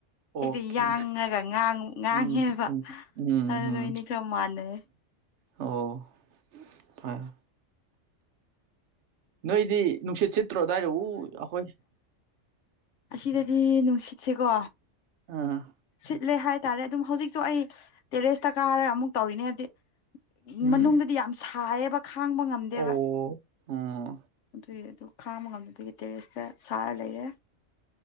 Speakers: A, on the right; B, on the left.
A: ꯑꯣꯀꯦ
B: ꯑꯩꯗꯤ ꯌꯥꯡꯉꯒꯥꯡ ꯉꯥꯡꯉꯦꯕ
A: ꯎꯝ ꯎꯝ ꯎꯝ
B: ꯑꯗꯨ
A: ꯎꯝ
B: ꯅ ꯑꯅꯤ ꯈꯔ ꯃꯥꯟꯅꯩ
A: ꯑꯣ ꯐꯔ ꯅꯣꯏꯗꯤ ꯅꯨꯡꯁꯤꯠ ꯁꯤꯠꯇ꯭ꯔꯣ ꯑꯗꯨꯋꯥꯏꯗ ꯎ ꯑꯩꯈꯣꯏ
B: ꯑꯁꯤꯗꯗꯤ ꯅꯨꯡꯁꯤꯠꯁꯦꯀꯣ
A: ꯑ
B: ꯁꯤꯠꯂꯦ ꯍꯥꯏꯇꯥꯔꯦ ꯑꯗꯨꯝ ꯍꯧꯖꯤꯛꯁꯨ ꯑꯩ ꯇꯦꯔꯦꯁꯇ ꯀꯥꯔꯒ ꯑꯃꯨꯛ ꯇꯧꯔꯤꯅꯦ ꯍꯥꯏꯕꯗꯤ
A: ꯎꯝ
B: ꯃꯅꯨꯡꯗꯗꯤ ꯌꯥꯝ ꯁꯥꯏꯌꯦꯕ ꯈꯥꯡꯕ ꯉꯝꯗꯦꯕ
A: ꯑꯣ ꯎꯝ
B: ꯁꯨꯏ ꯑꯗꯨ ꯈꯥꯃ ꯉꯝꯗꯕꯒꯤ ꯇꯦꯔꯦꯁꯇ ꯁꯥꯔ ꯂꯩꯔꯦ